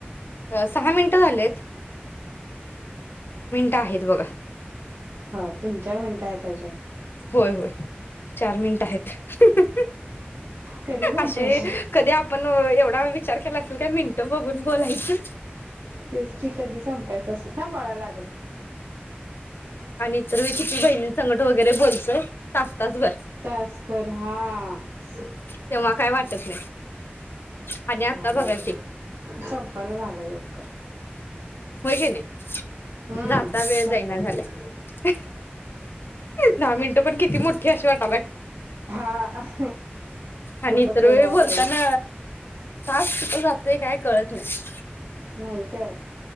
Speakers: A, on the left; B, on the right.
A: सहा मिनिटं झालेत. ता आहेत बघा.
B: ह तीन चार मिनटं आहेत अजुन.
A: होय होय चार मिनिट आहेत
B: कधी संपायचे
A: असे कधी आपण एवढा वी विचार केला असेल का मिनट बघून बोलायचं.
B: तेच की कधी संप पैसा सांभाळा लागल.
A: आणि इ तरर मी किती बहिणी संकट वगैरे बोलतोय. तास. तासभर
B: तसभर हा तस
A: तेव्हा काय वाटत नाही आणि आता
B: झालंच
A: बघा की
B: संपना झालं ये लवकर.
A: व्ह्य जे ने
B: हम्म
A: जाता वेळ
B: संपना
A: जाईना झालाय दहा मिनट पण किती मोठी अशे वाट.
B: हा अह
A: आणि
B: खूपच
A: इतर
B: वेळ
A: वेळी
B: लागला.
A: बोलताना तास शिकल जातय काय. कळत नाही
B: नाही कळत.